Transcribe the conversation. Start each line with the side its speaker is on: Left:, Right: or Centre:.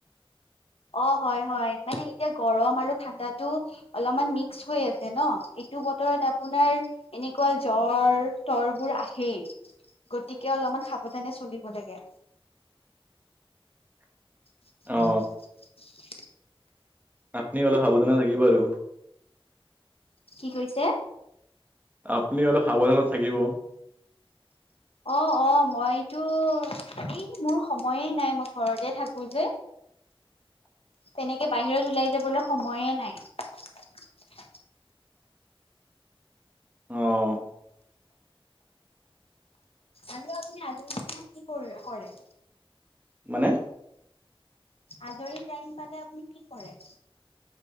Left: অ হয় হয় মানে এতিয়া গৰম আৰু ঠাণ্ডাটো অলপমান মিক্স হৈ আছে ন। এইটো বতৰত আপোনাৰ এনেকুৱা জ্বৰ-তৰবোৰ আহেই। গতিকে অলপমান সাৱধানে চলিব লাগে।
Right: <unintelligible>
Left: <unintelligible>
Right: অ আপুনি অলপ সাৱধানে থাকিব আৰু।
Left: কি কৈছে?
Right: আপুনি অলপ সাৱধানত থাকিব।
Left: অ অ মইতো এই মোৰ সময়ে নাই মই ঘৰতে থাকো যে।
Right: <inaudible>
Left: তেনেকে বাহিৰত ওলাই যাবলৈ সময়ে নাই
Right: আহ।
Left: আৰু আপনি আজাৰি টিমত কি কৰে- কৰে?
Right: মানে?
Left: আজৰি টাইম পালে আপুনি কি কৰে?